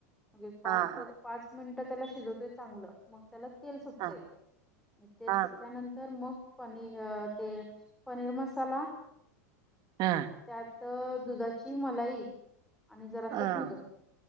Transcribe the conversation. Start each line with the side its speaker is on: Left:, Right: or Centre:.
Centre: मग एक पाच
Right: हा हा
Centre: पाच मिनिट त्याला शिजवतोय चांगलं मग त्याला तेल सुटतय
Right: हा
Centre: मग तेल
Right: हा
Centre: सुटल्यानंतर मग पनीर ते पनीर मसाला
Right: हा
Centre: त्यात दुधाची मलाई आणि जरास
Right: हा
Centre: दूध